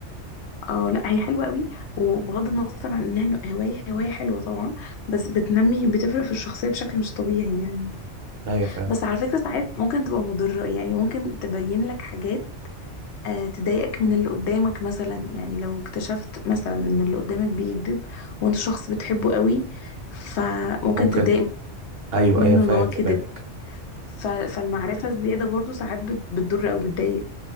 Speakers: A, on the left; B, on the right.
A: اه لا هي حلوه قوي وبغض النظر عن انها هوايه هوايه حلوه طبعا بس بتنمي بتفرق في الشخصيه بشكل مش طبيعي يعني
B: أيوة فعلا
A: بس على فكره ساعات ممكن تبقى مضره يعني ممكن تبين لك حاجات آه، تضايقك من اللي قدامك مثلا يعني لو اكتشفت مثلا ان اللي قدامك بيكذب وانت شخص بتحبه قوي فممكن
B: ممكن
A: تتضايق
B: أيوة
A: منه
B: أيوة فاهم
A: ان هو
B: دماغك
A: كذب ف- فالمعرفة الزيادة برضو ساعات بت- بتضر او بتضايق